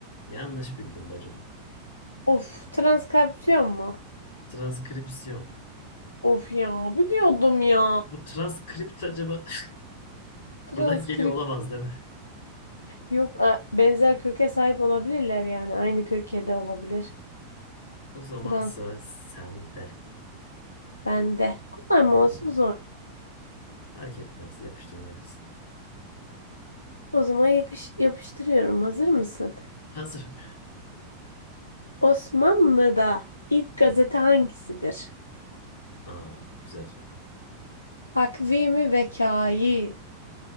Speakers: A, on the left (about 60°); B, on the left (about 85°).
A: Yanlış bildim bacım.
B: Of, transkripsiyon mu?
A: Transkripsiyon.
B: Of ya, biliyordum ya.
A: Bu transkript acaba <laughs>
B: Transkrip
A: buradan geliyor olamaz değil mi?
B: yok. a, benzer köke sahip olabilirler yani. Aynı köke de olabilir.
A: O zaman
B: Trans
A: sıra sende.
B: bende. Kolay mı
A: Hı hı.
B: olsun zor mu?
A: Fark etmez. Yapıştır gelsin.
B: O zaman yakış, yapıştırıyorum. Hazır mısın?
A: Hazırım.
B: Osmanlı'da ilk gazete
A: Hı.
B: hangisidir?
A: Aa, güzel soru.
B: Takvimi Vekayi,